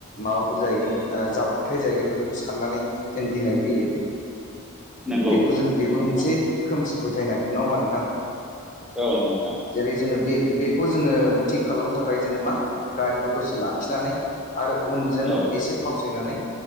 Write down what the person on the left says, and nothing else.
माबाफोर जाहैगोन जाब्रबथाय जाहैगोन बे खौ साननानै जों गिनाय फैयो
बेखौ जों बेबो
मोनसे खोमसि फोथायनाय नङा होमबा नोंथां
जेरै जोङो बे-बेखौ जोङो थिग खालामनो थाखाय जोङो मा गारिखौ दसे लाखिनानै आरो उनजों
एसे फावस सायनानै